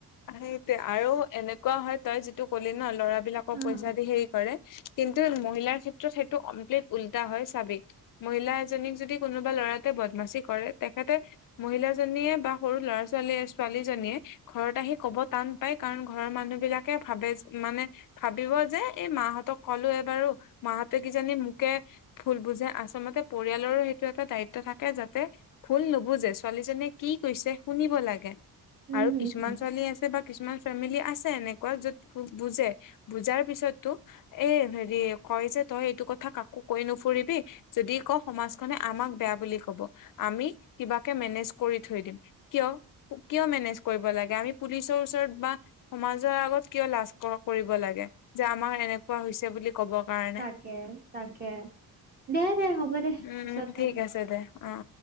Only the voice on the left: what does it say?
সেইটোৱে আৰু এনেকুৱা হয় তই যিটো ক'লি ন লৰা বিলাকক
পইচা দি সেই- কৰে, কিন্তু মহিলাৰ ক্ষেত্ৰত সেইটো কমপ্লিট উল্টা হয় চাবি। মহিলা এজনীক যদি কোনোবা ল'ৰা এটাই বদমাচি কৰে, তেখেতে- মহিলাজনীয়ে বা সৰু ল'ৰা ছোৱালীয়ে ছোৱালীজনীয়ে- ঘৰত আহি ক'ব টান পায় কাৰণ ঘৰৰ মানুহ বিলাকে ভাবে মানে- ভাবিব যে এই মাহঁতক কলো এইবাৰু, মাহঁতে কিজানি মোকে- ভুল বুজে, আচলতে পৰিয়ালৰো সেইটো এটা দায়িত্ব থাকে যাতে- ভুল নুবুজে ছোৱালীজনিয়ে কি কৈছে শুনিব লাগে।
আৰু
কিছুমান ছোৱালী আছে বা কিছুমান ফেমিলি আছে এনেকুৱা য'ত বুজে, বুজাৰ পিছতো- এ হেৰি কয় যে তই এইটো কথা কাকো কৈ নুফুৰিবি, যদি ক সমাজখনে- আমাক বেয়া বুলি কব, আমি কিবাকে মেনেজ কৰি থৈ দিম। কিয়, কিয় মেনেজ কৰিব লাগে, আমি পুলিছৰ ওচৰত বা- সমাজৰ আগত কিয় লাজ কৰিব লাগে, যে আমাৰ এনেকুৱা হৈছে বুলি- ক'ব কাৰণে।
উম
ঠিক আছে দে অ